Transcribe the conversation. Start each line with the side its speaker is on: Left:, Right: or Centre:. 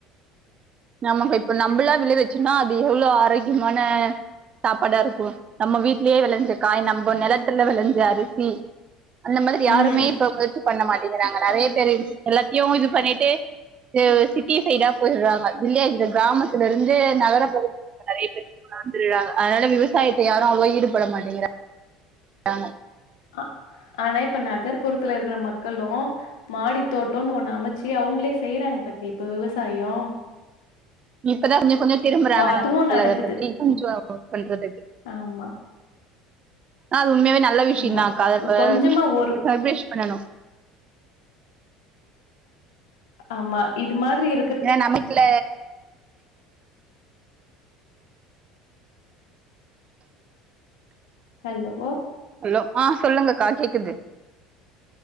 Right: நம்ம இப்ப நம்மளா விள வச்சேன்னா அது எவ்ளோ ஆரோக்கியமான சாப்பாடா இருக்கு நம்ம வீட்லயே வெளஞ்ச காய் நம்ம நிலத் துல வெளஞ்ச அரிசி அந்த மதிரி யாருமே
Left: ம்
Right: இப்ப முயற்சி பண்ண மாட்டேங்கிறாங் நெறய பேரு எல்லாத்தயு இது பண்ணிட்டு து சிட்டி சைடா போயிர்றாங்க வில்லேஜ்து கிராமத்துல இருந்து நகர பகுத் நெறை பேரு வந்துருறாங்க அதனால விவசாயத் தே யாரு அவ்வோளா ஈடுபட மாட்டாங்கிற றாங்க
Left: ஆ ஆனா இப்ப நகர்ப்புறத்துல இருக்கற மக்களு மாடி தோட்டோனு ஒண்ணு அமச்சு அவ்ங்களே செய்யறாங்க பத்தி இப்ப விவசாயோ
Right: இப்பதா கொஞ்சோ கொஞ்சோ திரும்புறாங்க
Left: இப்ப அதுவு
Right: நம்ம மக்கள்
Left: நடக்குது
Right: அத பத்தி கொஞ்சோ
Left: ம்.
Right: பண்றதுக்கு
Left: ஆமா
Right: ஆ அது உண்மையாவே நல்ல விஷயங்தாக்கா
Left: ஆமா
Right: கதர்ம்ப
Left: கொஞ்சமா ஒரு
Right: சர்ப்பேஷ் பண்ணனு
Left: ஆமா இது மாதிரிப்
Right: ஏனா நமகில்ல
Left: ஹல்லோ
Right: ஹலோ ஆ சொல்லுங்க அக்கா கேக்குது